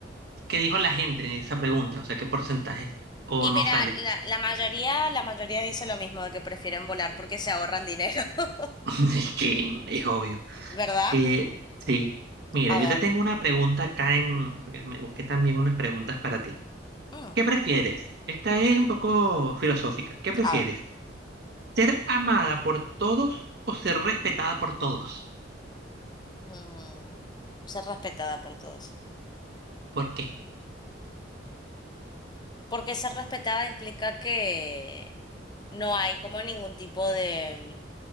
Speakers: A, on the right (about 55°); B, on the left (about 20°).
A: ¿Qué dijo la gente en esa pregunta? O sea, ¿qué porcentaje? ¿O
B: Y
A: no
B: mira,
A: sale?
B: la, la mayoría, la mayoría dice lo mismo, de que prefieren volar porque se ahorran dinero, <laughs>
A: <laughs> Es que es obvio.
B: ¿verdad?
A: Que sí. Mira,
B: A
A: yo
B: ver,
A: te tengo una pregunta acá en... porque Me busqué también unas preguntas para ti.
B: mm,
A: ¿Qué prefieres? Esta es un poco filosófica. ¿Qué prefieres?
B: a ver,
A: ¿Ser amada por todos o ser respetada por todos?
B: mm, ser respetada por todos.
A: ¿Por qué?
B: Porque ser respetada implica que no hay como ningún tipo de